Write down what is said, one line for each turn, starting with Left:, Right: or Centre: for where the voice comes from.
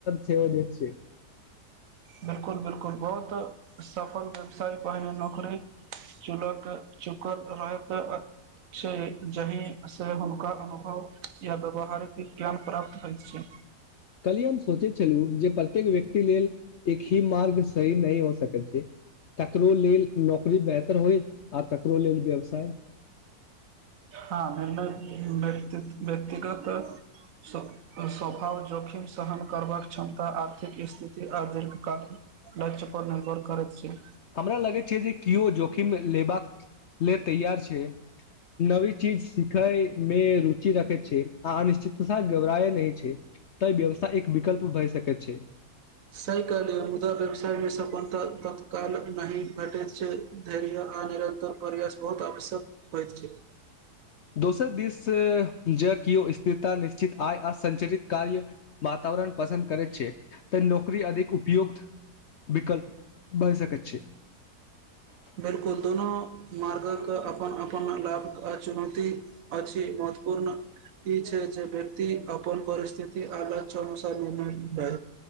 Left: से द छै
Right: बिलकुल बिलकुल बहुत सफल व्यवसाय पहिल नौकरी चुलक चुकत रहत छै जहि से हुनका अनुभव या व्यवहारके ज्ञान प्राप्त होइत छै
Left: कहलियए हम सोचै छलू जे प्रत्येक व्यक्ति लेल एक ही मार्ग सही नहि हो सकैत छै ककरो लेल नौकरी बेहतर होय आ ककरो लेल व्यवसाय
Right: हँ निर्णय व्त व्यक्तिगत स्वभाव जोखिम सहन करबाक क्षमता आर्थिक स्थिति आ दीर्घकाल लक्ष्य पर निर्भर करै छै
Left: हमरा लगै छै जे केओ जोखिम लेबाक लेल तैयार छै नवी चीज सिखै मे रुचि रखे छै आ अनिश्चितता घबराए नहि छै त व्यवसाय एक विकल्प भय सकत छै
Right: सहि कहलीय मुदा व्यवसायमेक ततकाल न भेटैत छै धैर्य आ निरंतर परवास बहुत आवश्यक होयत छै
Left: दोसर दिस जँ किओ स्थिरता निश्चित आय असञ्चरित काहैर्य वातावरण पसन्द करैत छै तऽ नौकरी अधिक उपयोग्त विक्लप भहि सकैत है <inaudible>
Right: बिलकुल दुनू मार्गक अपन अपन लाभ आ चुनौती अछि महत्वपूर्णब कोण ई छै जे व्यक्त अपन परिस्थिति आ लक्ष्य अनुसार निर्णय लै